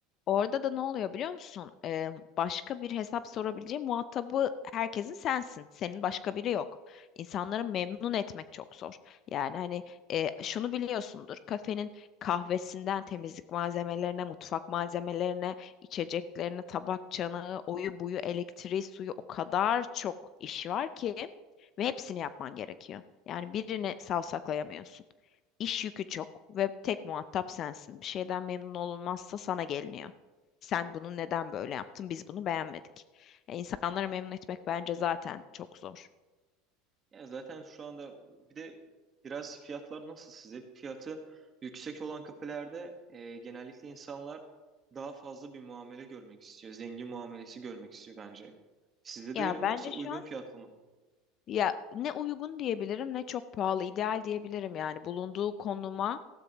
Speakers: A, on the left; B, on the right.
A: Orada da ne oluyor biliyor musun? Ee, başka bir hesap sorabileceği muhatabı herkesin sensin. Senin başka biri yok. İnsanları memnun etmek çok zor. Yani hani e, şunu biliyorsundur. Kafenin kahvesinden temizlik malzemelerine, mutfak malzemelerine, içeceklerine, tabak çanağı, oyu buyu, elektriği, suyu o kadar çok iş var ki ve hepsini yapman gerekiyor. Yani birini savsaklayamıyorsun. İş yükü çok ve tek muhatap sensin. Bir şeyden memnun olunmazsa sana geliniyor. Sen bunu neden böyle yaptın? Biz bunu beğenmedik. Ya insanları memnun etmek bence zaten çok zor.
B: Ya zaten şu anda bir de biraz fiyatlar nasıl size? Fiyatı yüksek olan kafelerde e, genellikle insanlar daha fazla bir muamele görmek istiyor. Zengin muamelesi görmek istiyor bence. Sizde
A: Ya
B: de öyle mi
A: bence
B: yoksa uygun
A: şu an
B: fiyatlı mı?
A: ya ne uygun diyebilirim ne çok pahalı ideal diyebilirim yani bulunduğu konuma